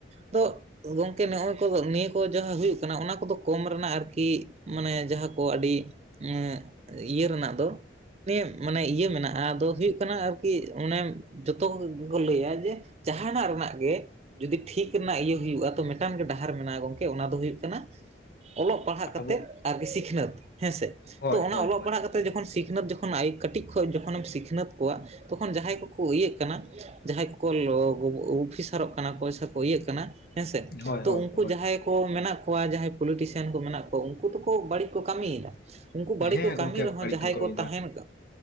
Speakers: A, on the right; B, on the left.
A: ᱟᱫᱚ ᱜᱚᱝᱠᱮ ᱱᱚᱜᱼᱚᱭ ᱠᱚ ᱱᱤᱭᱟᱹ ᱠᱚ ᱡᱟᱦᱟᱸ ᱦᱩᱭᱩᱜ ᱠᱟᱱᱟ ᱚᱱᱟ ᱠᱚᱫᱚ᱾ ᱠᱚᱢ ᱨᱮᱱᱟᱜ ᱟᱨᱠᱤ ᱢᱟᱱᱮ ᱡᱟᱦᱟᱸ ᱠᱟᱹᱣᱰᱤ ᱮᱸ ᱤᱭᱟᱹ ᱨᱮᱱᱟᱜ ᱫᱚ ᱤᱭ ᱢᱟᱱᱮ ᱤᱭᱟᱹ ᱢᱮᱱᱟᱜᱼᱟ ᱟᱫᱚ ᱦᱩᱭᱩᱜ ᱠᱟᱱᱟ ᱟᱨᱠᱤ ᱚᱱᱮ ᱡᱚᱛᱚ ᱠᱚᱜᱮ ᱠᱚ ᱞᱟᱹᱭᱟ ᱡᱮ ᱡᱟᱦᱟᱱᱟᱜ ᱨᱮᱱᱟᱜ ᱜᱮ ᱡᱩᱫᱤ ᱴᱷᱤᱠ ᱨᱮᱱᱟᱜ ᱤᱭᱟᱹ ᱦᱩᱭᱩᱜᱼᱟ ᱛᱚ ᱢᱤᱫᱴᱟᱝ ᱜᱮ ᱰᱟᱦᱟᱨ ᱢᱮᱱᱟᱜᱼᱟ ᱜᱚᱝᱠᱮ ᱚᱱᱟ ᱫᱚ ᱦᱩᱭᱩᱜ ᱠᱟᱱᱟ ᱚᱞᱚᱜ ᱯᱟᱲᱦᱟᱜ ᱠᱟᱛᱮᱫ
B: ᱟᱵᱚ
A: ᱟᱨᱠᱤ ᱥᱤᱠᱷᱱᱟᱹᱛ ᱦᱮᱸᱥᱮ
B: ᱦᱳᱭ
A: ᱛᱚ ᱚᱱᱟ
B: ᱦᱳᱭ
A: ᱚᱞᱚᱜ
B: ᱦᱳᱭ
A: ᱯᱟᱲᱦᱟᱜ ᱠᱟᱼ- ᱛᱮ ᱡᱚᱠᱷᱚᱱ ᱥᱤᱠᱷᱱᱟᱹᱛ ᱡᱚᱠᱷᱚᱱ ᱟᱭ ᱠᱟᱹᱴᱤᱡ ᱠᱷᱚᱡ ᱡᱚᱠᱷᱚᱱᱮᱢ ᱥᱤᱠᱷᱱᱟᱹᱛ ᱠᱚᱣᱟ ᱛᱚᱠᱷᱚᱱ ᱡᱟᱦᱟᱸᱭ ᱠᱚᱠᱩ ᱤᱭᱟᱹᱜ ᱠᱟᱱᱟ ᱡᱟᱦᱟᱸᱭ ᱠᱚᱠᱚ ᱞᱚ ᱚᱸᱜ ᱚᱯᱷᱤᱥᱟᱨᱚᱜ ᱠᱟᱱᱟ ᱯᱚᱭᱥᱟ ᱠᱚ ᱤᱭᱟᱹᱜ ᱠᱟᱱᱟ ᱦᱮᱸᱥᱮ
B: ᱦᱳᱭ ᱦᱳᱭ
A: ᱛᱚ ᱩᱱᱠᱩ
B: ᱦᱳᱭ
A: ᱡᱟᱦᱟᱸᱭ ᱠᱚ ᱢᱮᱱᱟᱜ ᱠᱚᱣᱟ ᱡᱟᱦᱟᱸᱭ ᱯᱚᱞᱤᱴᱤᱥᱤᱭᱟᱱ ᱠᱚ ᱢᱮᱱᱟᱜ ᱠᱚ ᱩᱱᱠᱩ ᱛᱚᱠᱚ ᱵᱟᱹᱲᱤᱡ ᱠᱚ ᱠᱟᱹᱢᱤᱭᱮᱫᱟ ᱩᱱᱠᱩ ᱵᱟᱹᱲᱤᱡ
B: ᱦᱮᱸ
A: ᱠᱚ ᱠᱟᱹᱢᱤ
B: ᱜᱚᱝᱠᱮ
A: ᱨᱮᱦᱚᱸ
B: ᱵᱟᱹᱲᱤᱡ
A: ᱡᱟᱦᱟᱸᱭ
B: ᱠᱟᱹᱢᱤᱭᱮᱫᱟ
A: ᱠᱚ ᱛᱟᱦᱮᱱ ᱠᱟᱱ